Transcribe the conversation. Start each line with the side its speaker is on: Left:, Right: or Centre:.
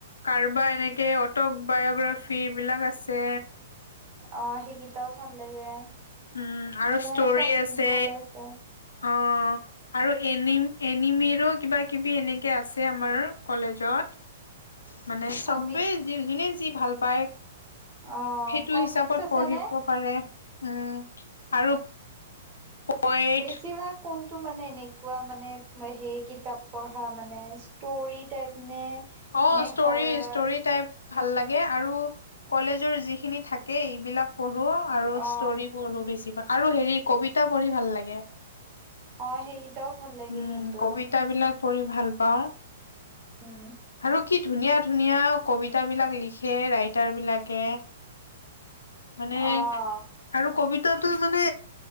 Left: কাৰোবা এনেকে টক বায়'গ্ৰাফী এইবিলাক আছে।
Right: অ', সেইকেইটাও ভাল লাগে।
Left: উম, আৰু
Right: মানে
Left: ষ্টৰি
Right: চব
Left: আছে
Right: ভালে আছে।
Left: অ'। আৰু এনি এনিমিৰো কিবা কিবি এনেকে আছে আমাৰ কলেজত।
Right: <inaudible>
Left: মানে
Right: কমিক্স
Left: চবেই যি যোনে যি ভাল পায়।
Right: অ',
Left: সেইটো
Right: কমিক্স
Left: হিচাপত
Right: আছে
Left: পঢ়িব
Right: নে?
Left: পাৰে উম, আৰু পয়েট
Right: বেছিভাগ কোন টো মানে এনেকুৱা মানে সেই কিতাপ পঢ়া মানে, ষ্টৰী টাইপ নে
Left: অ',
Right: নে
Left: ষ্টৰি
Right: হৰৰ
Left: ষ্টৰি টাইপ। ভাল লাগে আৰু কলেজৰ যিখিনি থাকে এইবিলাক পঢ়োঁ আৰু
Right: অ',
Left: ষ্ট'ৰি পঢ়োঁ বেছিভাগ আৰু হেৰি কবিতা পঢ়ি ভাল লাগে।
Right: অ' সেইকেইটাও ভাল লাগে
Left: উম
Right: কিন্তু।
Left: কবিতাবিলাক পঢ়ি ভাল পাওঁ।
Right: উম
Left: আৰু কি ধুনীয়া ধুনীয়া কবিতাবিলাক লিখে ৰাইটাৰ বিলাকে।
Right: <inaudible>
Left: মানে
Right: আহ
Left: আৰু কবিত তা টো মানে